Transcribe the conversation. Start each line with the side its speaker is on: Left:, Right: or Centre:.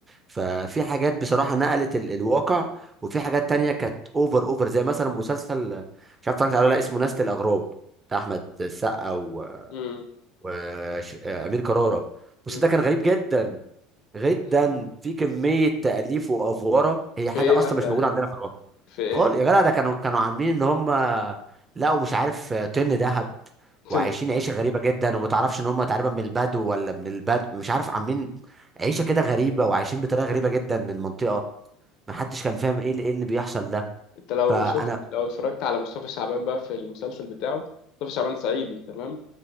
Right: ففي حاجات بصراحة نقلت ال الواقع وفي حاجات تانية كانت اوفر اوفر زي مثلا مسلسل آه، مش عارف اتفرجت عليه ولا لا اسمه نسل الأغراب بتاع أحمد السقا و...
Left: مم،
Right: وأمير كرارة بس
Left: مم.
Right: ده كان غريب جدا جدا
Left: <laughs>
Right: في كمية تأليف وأفوارة هي
Left: في
Right: حاجة
Left: ايه
Right: أصلا
Left: مثلا
Right: مش موجودة عندنا في الواقع
Left: في ايه
Right: خال يا جدع ده كانوا كانوا عاملين ان هم لقوا مش عارف طن ذهب
Left: <laughs>
Right: وعايشين عيشه غريبه جدا وما تعرفش ان هم تقريبا من البدو ولا من البدو مش عارف عاملين عيشه كده غريبه وعايشين بطريقه غريبه جدا من منطقه ما حدش كان فاهم ايه اللي ايه اللي بيحصل ده
Left: انت لو
Right: فانا
Left: شفت لو اتفرجت على مصطفى شعبان بقى في المسلسل بتاعه مصطفى شعبان صعيدي تمام